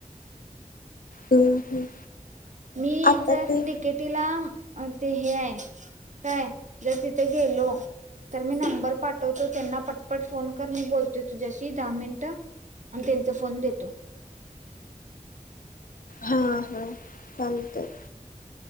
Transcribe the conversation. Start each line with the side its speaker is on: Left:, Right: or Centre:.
Left: हम्म हम्म
Right: मी
Left: आता
Right: जर
Left: ते
Right: दी केटीला ते हे आहे. काय जर तिथं गेलो तर मी नंबर पाठ तु त्यांना पटपट फोन कर. मी बोलतो तुझ्याशी दहा मिनिटं. आणि त्यांचा फोन देतो.
Left: हा हा चालतंय.